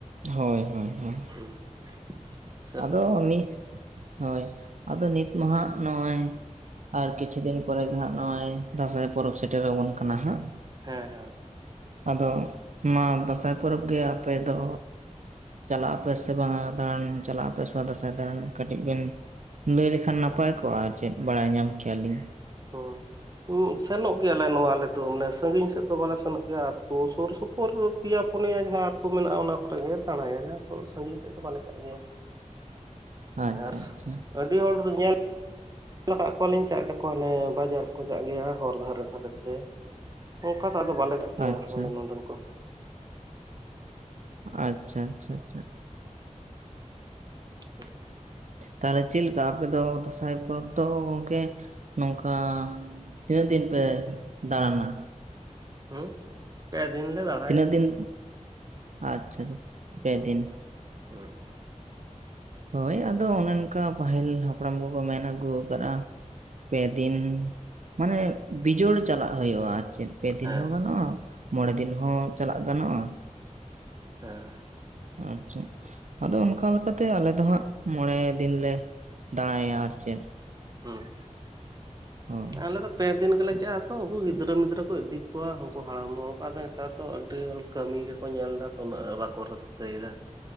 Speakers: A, on the right; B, on the right.
A: ᱦᱳᱭᱻᱦᱳᱭᱻᱦᱳᱭᱻ
B: ᱦᱩᱸ <inaudible>
A: ᱟᱫᱚ ᱩᱱᱤ ᱦᱳᱭ, ᱟᱫᱚ ᱱᱤᱛ ᱢᱟᱦᱟᱜ ᱱᱚᱜᱼᱚᱸᱚᱭ ᱟᱨ ᱠᱤᱪᱷᱩ ᱫᱤᱱ ᱯᱚᱨᱮ ᱜᱮ ᱦᱟᱸᱜ ᱱᱚᱜᱼᱚᱭ ᱫᱟᱸᱥᱟᱭ ᱯᱚᱨᱚᱵᱽ ᱥᱮᱴᱮᱨ ᱨᱟᱵᱚᱱ ᱠᱟᱱᱟ ᱦᱟᱸᱜ
B: ᱦᱮᱸᱻᱦᱮᱸᱻ
A: ᱟᱫᱚ ᱢᱟ ᱫᱟᱸᱥᱟᱭ ᱯᱚᱨᱚᱵᱽ ᱜᱮ ᱟᱯᱮ ᱫᱚ ᱪᱟᱞᱟᱜ ᱟᱯᱮ ᱥᱮ ᱵᱟᱝ-ᱟ ᱫᱟᱬᱟᱱ ᱪᱟᱞᱟᱜ ᱟᱯᱮ ᱥᱮ ᱵᱟ ᱫᱟᱸᱥᱟᱭ ᱫᱟᱬᱟᱱ ᱠᱟᱹᱴᱤᱡ ᱵᱮᱱ ᱞᱟᱹᱭ ᱞᱮᱠᱷᱟᱱ ᱱᱟᱯᱟᱭ ᱠᱚᱜᱼᱟ, ᱟᱨ ᱪᱮᱫ ᱵᱟᱲᱟᱭ ᱧᱟᱢ ᱠᱮᱭᱟᱞᱤᱧ ᱾
B: ᱦᱩᱸᱻ ᱥᱮᱱᱚᱜ ᱜᱮᱭᱟᱞᱮ ᱱᱚᱣᱟ ᱟᱞᱮ ᱫᱚ ᱢᱟᱱᱮ ᱥᱟᱺᱜᱤᱧ ᱥᱮᱫ ᱫᱚ ᱵᱟᱞᱮ ᱥᱮᱱᱚᱜ ᱜᱮᱭᱟ᱾ ᱟᱛᱳ ᱥᱩᱨ ᱥᱩᱯᱩᱨ ᱯᱮᱭᱟ ᱯᱩᱱᱭᱟ ᱡᱟᱦᱟᱸ ᱟᱹᱛᱳ ᱢᱮᱱᱟᱜᱼᱟ, ᱚᱱᱟ ᱠᱚᱨᱮᱜ ᱜᱮ ᱫᱟᱬᱟᱭᱟᱞᱮ ᱛᱚ ᱥᱟᱺᱜᱤᱧ ᱥᱮᱫ ᱫᱚ ᱵᱟᱞᱮ ᱪᱟᱜ ᱜᱮᱭᱟ᱾
A: <inaudible> ᱟᱪᱪᱷᱟ
B: ᱟᱨ
A: ᱟᱪᱪᱷᱟ
B: ᱟᱹᱰᱤ ᱦᱚᱲ ᱫᱚ ᱧᱮᱞ ᱧᱮᱞ ᱟᱠᱟᱫ ᱠᱚᱣᱟᱞᱤᱧ ᱪᱟᱜ ᱜᱮᱠᱚ, ᱦᱟᱱᱮ ᱵᱟᱡᱟᱨ ᱨᱮ ᱠᱚ ᱪᱟᱜ ᱜᱮᱭᱟ ᱦᱚᱨ ᱫᱷᱟᱨᱮ ᱫᱷᱟᱨᱮ ᱛᱮ᱾ ᱚᱱᱠᱟ ᱫᱚ ᱟᱫᱚ ᱵᱟᱞᱮ ᱪᱟᱜ ᱜᱮᱭᱟ
A: ᱟᱪᱪᱷᱟ
B: ᱟᱞᱮ ᱱᱚᱰᱮᱱ ᱠᱚ᱾
A: ᱟᱪᱪᱷᱟᱻᱟᱪᱪᱷᱟᱻᱟᱪᱪᱷᱟᱻ
B: ᱦᱩᱸ <unintelligible>
A: ᱛᱟᱦᱚᱞᱮ ᱪᱮᱫ ᱞᱮᱠᱟ ᱟᱯᱮ ᱫᱚ ᱫᱟᱸᱥᱟᱭ ᱯᱚᱨᱚᱵᱽ ᱫᱚ ᱜᱚᱢᱠᱮ ᱱᱚᱝᱠᱟ ᱛᱤᱱᱟᱹᱜ ᱫᱤᱱ ᱯᱮ ᱫᱟᱬᱟᱱᱟ?
B: ᱦᱮᱸ ᱯᱮ ᱫᱤᱱ ᱞᱮ ᱫᱟᱬᱟ <unintelligible>
A: ᱛᱤᱱᱟᱹᱜ ᱫᱤᱱ? ᱟᱪᱪᱷᱟ ᱟᱪᱷᱟ ᱯᱮ
B: ᱦᱩᱸ
A: ᱫᱤᱱ᱾
B: ᱦᱩᱸ᱾
A: ᱦᱳᱭ ᱟᱫᱚ ᱚᱱᱮ ᱚᱱᱠᱟ ᱯᱟᱹᱦᱤᱞ ᱦᱟᱯᱲᱟᱢ ᱠᱚᱠᱚ ᱢᱮᱱ ᱟᱹᱜᱩ ᱟᱠᱟᱫᱼᱟ᱾ ᱯᱮ ᱫᱤᱱ ᱢᱟᱱᱮ ᱵᱤᱡᱳᱲ ᱪᱟᱞᱟᱜ ᱦᱳᱭᱳᱜᱼᱟ ᱟᱨ ᱪᱮᱜ ᱯᱮ ᱫᱤᱱ
B: ᱦᱮᱸ
A: ᱦᱚᱸ ᱜᱟᱱᱚᱜᱼᱟ᱾ ᱢᱚᱬᱮ ᱫᱤᱱ ᱦᱚᱸ ᱪᱟᱞᱟᱜ ᱜᱟᱱᱚᱜᱼᱟ
B: ᱦᱮᱸ᱾
A: ᱟᱨ ᱪᱮᱫ ᱟᱫᱚ ᱚᱱᱠᱟ ᱞᱮᱠᱟᱛᱮ ᱟᱞᱮ ᱫᱚ ᱦᱟᱸᱜ ᱢᱚᱬᱮ ᱫᱤᱱ ᱞᱮ ᱫᱟᱲᱟᱭᱟ᱾ ᱟᱨ ᱪᱮᱜ?
B: ᱦᱩᱸ᱾
A: ᱦᱳᱭ
B: ᱟᱞ ᱫᱚᱯ ᱯᱮ ᱫᱤᱱ ᱜᱮᱞᱮ ᱪᱟᱜᱼᱟ ᱛᱚ ᱩᱱᱠᱩ ᱜᱤᱫᱽᱨᱟᱹ ᱢᱤᱫᱽᱨᱟᱹ ᱠᱚ ᱤᱫᱤ ᱠᱚᱣᱟ ᱩᱱᱠᱩ ᱦᱟᱲᱟᱢ ᱦᱚᱲ ᱠᱚ ᱟᱫᱚ ᱱᱮᱛᱟᱨ ᱫᱚ ᱟᱹᱰᱤ ᱦᱚᱲ ᱠᱟᱹᱢᱤ ᱜᱮ ᱠᱚ ᱧᱮᱞ ᱫᱟ ᱛᱚ ᱩᱱᱟᱹᱜ ᱵᱟᱠᱚ ᱨᱟᱹᱥᱠᱟᱹᱭ ᱫᱟ᱾